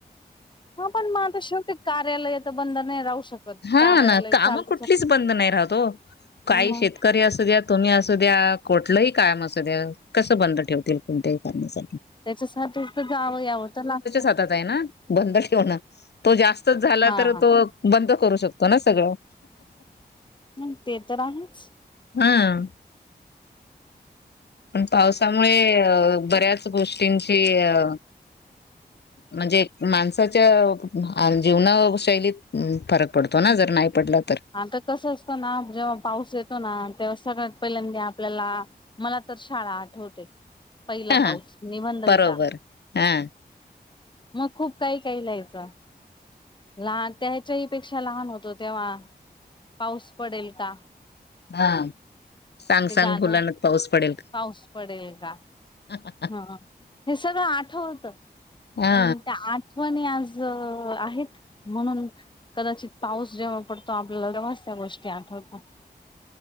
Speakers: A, on the left; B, on the left.
A: हा पण म आता शेवटी कार्यालय तर बंद नाय राहू शकत
B: हा
A: कार्यालय
B: ना कामं
A: चालू
B: कुठलीच बंद नाय राहत ओ काही
A: मग
B: शेतकरी असूद्यात तुम्ही असु द्या कोठलंही काम अस द्या कसं बंद ठेवतील कोणत्याही करण्यासाठी?
A: त्याच्यासाठीच त जावं यावं त लागतं.
B: हातात ना बंद ठेवण तो जास्तच झाला
A: हा
B: तर तो बंद करू शकतो ना सगळं.
A: हम्म ते तर आहेच.
B: आ? पण पावसामुळे बऱ्याच गोष्टींची अ म्हणजे माणसाच्या आ जीवनाशैलीत फरक पडतो ना जर नाय पडला तर.
A: आता कसं असत ना जेव्हा पाऊस येतो ना तेव्हा सगळ्यात पहिल्यांदा आपल्याला मला तर शाळा आठवते पहिला
B: हा
A: पाऊस निबंध
B: बरोबर
A: लिहा.
B: हा
A: मग खूप काही काही लिहायचं. लहान त्या याच्याही पेक्षा लहान होतो तेव्हा पाऊस पडेल का?
B: हा सांग
A: ते गाणं
B: सांग भोलानाथ पाऊस पडेल का?
A: पाऊस पडेल का?
B: <inaudible>
A: ह हे सगळं आठवत
B: का हा
A: पण त्या आ ठवणी आज आहेत म्हणून कदाचित पाऊस जेव्हा पडतो आपल्याला तेव्हाच त्या गोष्टी आठवतात.